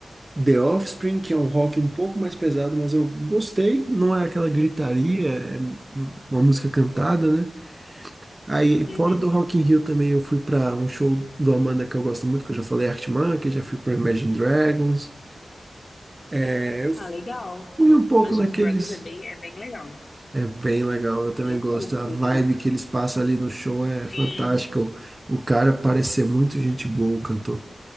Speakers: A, on the right; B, on the left.
A: The Offspring, que é um rock um pouco mais pesado, mas eu gostei. Não é aquela gritaria, é uma música cantada, né? Aí,
B: Uhum.
A: fora do Rock in Rio também, eu fui pra um show do Amanda que eu gosto muito, que eu já falei, Arctic Monkeys, já fui pra Imagine Dragons. É, eu
B: Ah, legal.
A: fui um pouco
B: Imagine
A: naqueles...
B: Dragons é bem, é bem legal.
A: É bem legal, eu também
B: Eu
A: gosto.
B: curto,
A: A vibe
B: eu curto.
A: que eles passam ali no show é fantástica.
B: Sim.
A: O, o cara parece ser muito gente boa, o cantor.